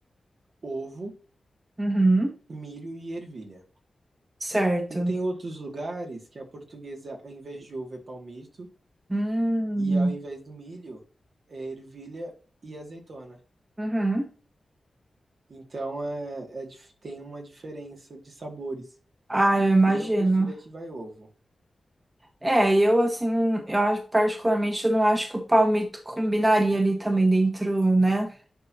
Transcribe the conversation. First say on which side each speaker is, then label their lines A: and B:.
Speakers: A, on the right; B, on the right.
A: ovo,
B: uhum,
A: milho e ervilha.
B: certo.
A: E tem outros lugares que a portuguesa, ao invés de ovo, é palmito,
B: Hum,
A: e ao invés do milho, é ervilha e azeitona.
B: uhum.
A: Então é, é dif- tem uma diferença de sabores.
B: Ah, eu imagino.
A: E eu prefiro a que vai ovo.
B: É, eu assim, eu acho- particularmente eu não acho que o palmito combinaria ali também dentro, né?